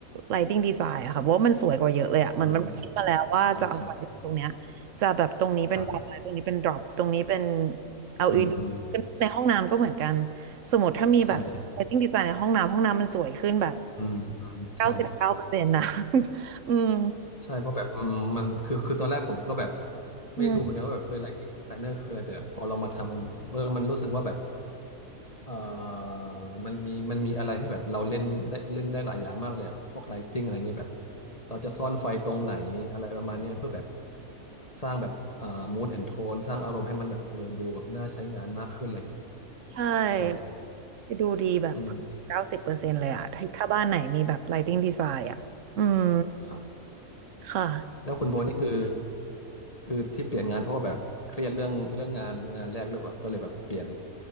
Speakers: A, on the right (about 65°); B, on the left (about 25°).
A: lighting design อะค่ะเพราะว่ามันสวยกว่าเยอะเลยอะมันมันคิดมาแล้วว่าจะเอาไฟตรงเนี้ย
B: อืมอืมใช่ใช่
A: จะแบบตรงนี้เป็น
B: ครับ
A: dark light ตรงนี้เป็น drop ตรงนี้เป็น LED
B: อืมอืม
A: ในห้องน้ำก็เหมือนกันสมมติถ้ามีแบบ
B: ใช่
A: lighting design ในห้องน้ำห้องน้ำมันสวยขึ้นแบบ
B: อืมอืมใช่
A: เก้าสิบเก้าเปอร์เซ็นต์นะ <laughs> อืม
B: ใช่เพราะแบบอืมมันคือคือตอนแรกผมก็แบบ
A: อืม
B: ไม่รู้เหมือนกันว่าแบบเออ lighting designer คืออะไรแต่พอเรามาทำมันเออมันรู้สึกว่าแบบเออมันมีมันมีอะไรให้แบบเราเล่นได้เล่นได้หลายอย่างมากเลยอะพวก lighting อะไรเงี้ยแบบเราจะซ่อนไฟตรงไหนอะไรประมาณเนี้ยเพื่อแบบสร้างแบบเอ่อ mood and tone สร้างอารมณ์ให้มันแบบเออดูแบบน่าใช้งานมากขึ้นอะไรเงี้ย
A: ใช่
B: ใช่
A: จะดูดีแบบเก้าสิบเปอร์เซ็นต์เลยอะถ้าถ้าบ้านไหนมีแบบ
B: อืม
A: lighting design อะอืม
B: ครับ
A: ค่ะ
B: แล้วคุณโบนี่คือคือที่เปลี่ยนงานเพราะว่าแบบเครียดเรื่องเรื่องงานงานแรกหรือแบบก็เลยแบบเปลี่ยน